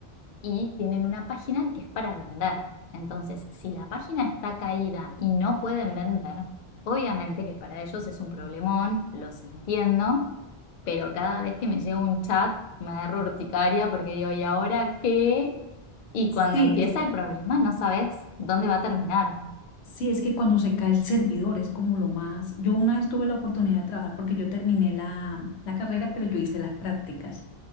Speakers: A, on the left; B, on the left.
A: y tienen una página que es para vender. Entonces, si la página está caída y no pueden vender, obviamente que para ellos es un problemón, los entiendo, pero cada vez que me llega un chat me agarro urticaria porque digo, ¿y ahora qué? Y cuando
B: Sí,
A: empieza
B: es que,
A: el problema no sabes dónde va a terminar.
B: sí, es que cuando se cae el servidor es como lo más. Yo una vez tuve la oportunidad de trabajar porque yo terminé la, la carrera, pero yo hice las prácticas.